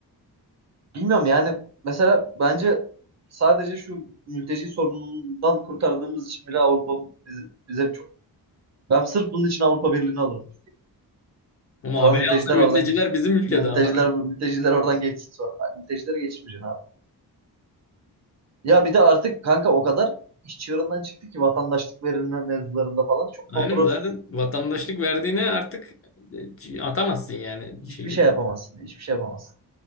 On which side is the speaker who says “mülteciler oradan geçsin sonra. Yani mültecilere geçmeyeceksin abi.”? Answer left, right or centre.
Right